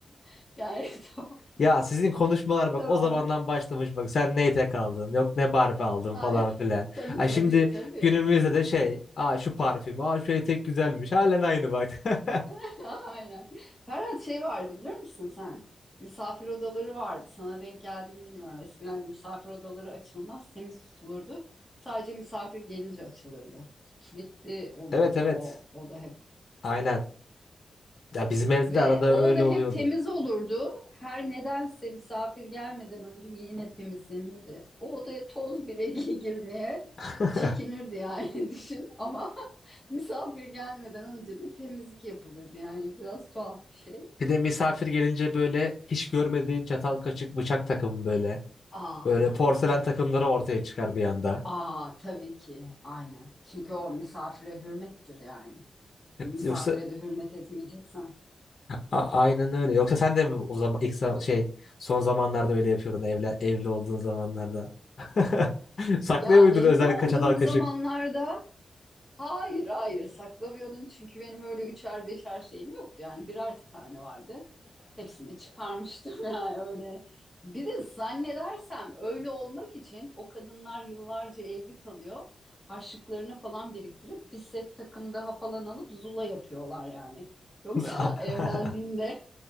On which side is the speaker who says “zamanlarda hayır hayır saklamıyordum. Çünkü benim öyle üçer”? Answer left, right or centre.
Centre